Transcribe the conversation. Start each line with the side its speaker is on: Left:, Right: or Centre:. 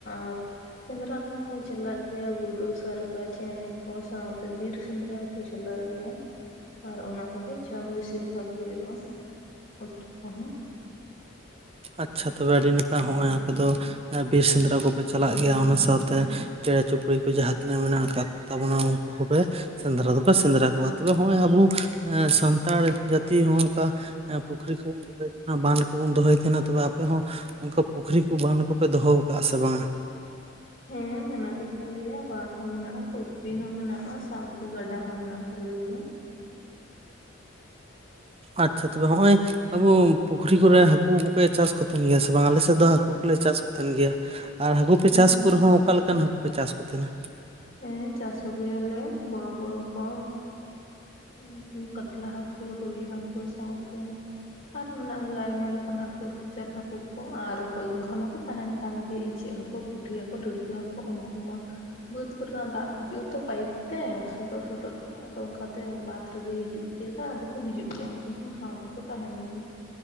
Left: ᱟᱨ ᱥᱮᱸᱫᱽᱨᱟ ᱠᱚᱦᱚ ᱠᱚ ᱪᱟᱞᱟᱜ ᱜᱮᱭᱟ ᱜᱩᱰᱩ ᱥᱟᱨᱜᱟ ᱪᱮᱬᱮ ᱠᱚ ᱥᱟᱶᱛᱮ ᱵᱤᱨ ᱥᱮᱸᱫᱽᱨᱟ ᱠᱚ ᱪᱟᱞᱟᱜ ᱜᱮᱭᱟ ᱾ ᱟᱨ ᱚᱱᱟ ᱠᱚᱜᱮ ᱡᱚᱢ ᱵᱤᱥᱤᱨ ᱵᱷᱟᱜᱽ ᱦᱩᱭᱩᱜᱼᱟ, ᱩᱛᱩ ᱠᱚᱦᱚᱸ ᱾
Right: ᱟᱪᱪᱷᱟ ᱛᱚᱵᱮ ᱟᱹᱰᱤ ᱱᱟᱯᱟᱭ ᱦᱚᱸᱜᱼᱚᱭ ᱟᱯᱮ ᱫᱚ ᱾ ᱵᱤᱨ ᱥᱮᱸᱫᱽᱨᱟ ᱠᱚᱯᱮ ᱪᱟᱞᱟᱜ ᱜᱮᱭᱟ ᱚᱱᱟ ᱥᱟᱶᱛᱮ, ᱪᱮᱬᱮ ᱪᱩᱯᱲᱤ ᱠᱚ ᱡᱟᱦᱟᱸ ᱛᱤᱱᱟᱹᱜ ᱢᱮᱱᱟᱜ ᱟᱠᱟᱫ ᱛᱟᱵᱚᱱᱟ ᱩᱱᱠᱩ ᱠᱚᱯᱮ ᱥᱮᱸᱫᱽᱨᱟ ᱫᱚᱯᱮ ᱥᱮᱸᱫᱽᱨᱟ ᱠᱚᱣᱟ, ᱛᱚᱵᱮ ᱱᱚᱜᱼᱚᱭ ᱟᱵᱚ ᱮᱸ ᱥᱟᱱᱛᱟᱲ ᱡᱟᱹᱛᱤ ᱦᱚᱸ ᱱᱚᱝᱠᱟ ᱮ ᱯᱩᱠᱷᱨᱤ ᱠᱚᱵᱚᱱ ᱫᱚᱦᱚᱭ ᱛᱟᱦᱮᱸᱱᱟ, ᱵᱟᱸᱫᱷ ᱠᱚᱵᱚᱱ ᱫᱚᱦᱚᱭ ᱛᱟᱦᱮᱸᱱᱟ ᱛᱚᱵᱮ ᱟᱯᱮ ᱦᱚᱸ ᱚᱱᱠᱟ ᱯᱩᱠᱷᱨᱤ ᱠᱚ ᱵᱟᱸᱫᱷ ᱠᱚᱯᱮ ᱫᱚᱦᱚ ᱟᱠᱟᱜᱼᱟ ᱥᱮ ᱵᱟᱝᱟ?
Left: ᱦᱮᱸ ᱢᱮᱱᱟᱜ ᱜᱮ ᱛᱟᱞᱮᱭᱟ, ᱵᱟᱸᱫᱽ ᱦᱚᱸ ᱢᱮᱱᱟᱜᱼᱟ, ᱯᱩᱠᱷᱨᱤ ᱦᱚᱸ ᱢᱮᱱᱟᱜᱼᱟ, ᱥᱟᱶᱛᱮ ᱜᱟᱰᱟ ᱦᱚᱸ ᱢᱮᱱᱟᱜᱼᱟ ᱾ ᱛᱟᱞᱮ ᱜᱮᱭᱟ ᱚᱱᱟ ᱛᱮ
Right: ᱟᱪᱪᱷᱟ ᱛᱚᱵᱮ ᱱᱚᱜᱼᱚᱭ ᱟᱵᱚ ᱯᱩᱠᱷᱨᱤ ᱠᱚᱨᱮᱜ ᱦᱟᱹᱠᱩ ᱠᱚᱯᱮ ᱪᱟᱥ ᱠᱚᱛᱮ ᱜᱮᱭᱟ ᱥᱮ ᱵᱟᱝᱟ, ᱟᱞᱮ ᱥᱮᱫ ᱫᱚ ᱦᱟᱹᱠᱩ ᱠᱚᱞᱮ ᱪᱟᱥ ᱠᱚᱛᱮᱱ ᱜᱮᱭᱟ ᱾ ᱟᱨ ᱦᱟᱠᱩ ᱯᱮ
Left: ᱦᱮᱸ
Right: ᱪᱟᱥ ᱠᱚ ᱨᱮᱦᱚᱸ ᱚᱠᱟ ᱞᱮᱠᱟᱱ ᱦᱟᱹᱠᱩ ᱯᱮ ᱪᱟᱥ ᱠᱚ ᱛᱟᱸᱦᱮᱱᱟ
Left: ᱦᱮᱸ ᱪᱟᱥ ᱟᱹᱜᱩᱭᱟᱞᱮ, ᱵᱚᱲᱚ ᱵᱚᱲᱚ ᱠᱚ ᱦᱩᱸ ᱦᱩᱸ ᱠᱟᱛᱞᱟ ᱦᱟᱹᱠᱩ ᱨᱩᱭ ᱦᱟᱠ ᱥᱟᱶᱛᱮ ᱟᱨᱦᱚᱸ ᱢᱮᱱᱟᱜ ᱠᱚ ᱜᱮᱭᱟ ᱟᱭᱢᱟ ᱞᱮᱠᱟᱱ ᱦᱟᱹᱠᱩ ᱪᱟᱛ ᱦᱟᱹᱠᱩ ᱠᱚ ᱟᱨ ᱨᱚᱠᱚᱡ, ᱜᱚᱝᱜᱷᱟ ᱢᱟᱠᱚ ᱛᱟᱸᱦᱮᱱ ᱠᱟᱱ ᱜᱮ ᱾ ᱤᱪᱟᱹᱜ ᱦᱟᱹᱠᱩ, ᱯᱩᱴᱷᱤ ᱦᱟᱹᱠᱩ, ᱰᱟᱹᱬᱠᱟᱹ ᱦᱟᱹᱠᱩ ᱩᱱᱠᱩ ᱢᱟ ᱵᱟᱹᱫᱽ ᱠᱚᱨᱮᱱᱟᱜ ᱫᱟᱜ ᱦᱤᱡᱩᱜ ᱟᱛᱚ ᱯᱟᱭᱤᱯ ᱛᱮ, ᱥᱚᱰᱚᱜ ᱥᱚᱰᱚᱜ ᱛᱮ ᱟᱫᱚ ᱚᱱᱠᱟᱼᱼ ᱛᱮ ᱵᱟᱸᱫᱽ ᱨᱮᱜᱮ ᱦᱤᱡᱩᱜ ᱜᱮᱭᱟ ᱫᱟᱜ ᱟᱫᱚ ᱠᱚ ᱦᱤᱡᱩᱜ ᱜᱮᱭᱟ ᱩᱱᱠᱩ ᱦᱚᱸ ᱥᱟᱶ ᱛᱮᱠᱚ ᱛᱟᱸᱦᱮᱱ ᱜᱮᱭᱟ ᱾